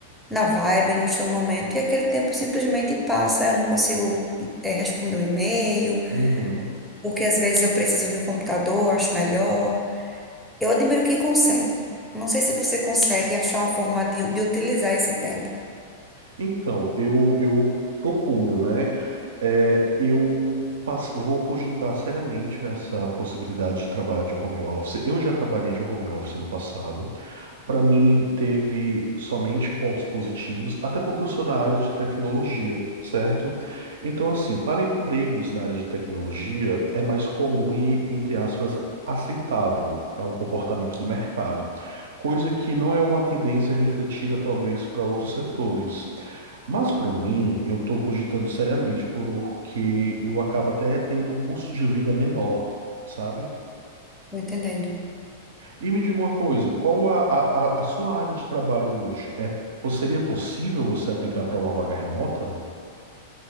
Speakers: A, in the centre; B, on the right (about 75°).
A: na vibe, não estou no momento, e aquele tempo simplesmente passa, eu não consigo eh, responder um e-mail,
B: uhum.
A: porque às vezes eu preciso de um computador, acho melhor. Eu admiro quem consegue. Não sei se você consegue achar uma forma de, de utilizar esse tempo,
B: Então, eu, eu procuro, né? É, eu passo- vou cogitar seriamente essa possibilidade de trabalhar de home office. Eu já trabalhei de home office no passado. Para mim, teve somente pontos positivos, até porque eu sou da área de tecnologia, certo? Então, assim, para empregos na área de tecnologia, é mais comum e, entre aspas, aceitável. É um comportamento do mercado, coisa que não é uma tendência refletida, talvez, para outros setores. Mas, para mim, eu estou cogitando seriamente, porque eu acabo até tendo um custo de vida menor, sabe?
A: tô entendendo?
B: E me diga uma coisa, qual a, a, a- a sua área de trabalho hoje? É, po- seria possível você aplicar para uma vaga remota?